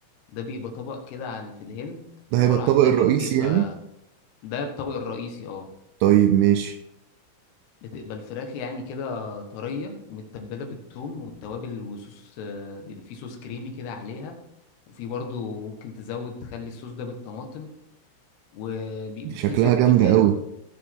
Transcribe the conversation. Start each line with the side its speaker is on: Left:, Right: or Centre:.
Left: ده بيبقى طبق كده عن في الهند
Right: ده
Left: عبارة
Right: هيبقى الطبق
Left: عن دجاج
Right: الرئيسي
Left: بيبقى
Right: يعني
Left: ده الطبق الرئيسي اه
Right: طيب ماشي
Left: بتبقى الفراخ يعني كده طرية ومتبلة بالثوم والتوابل وصوص آه، بيبقى فيه صوص كريمي كده عليها وفي برضو ممكن تزود تخلي الصوص ده بالطماطم وبيبقى
Right: شكلها
Left: فيه زبدة
Right: جامدة
Left: فاهم
Right: قوي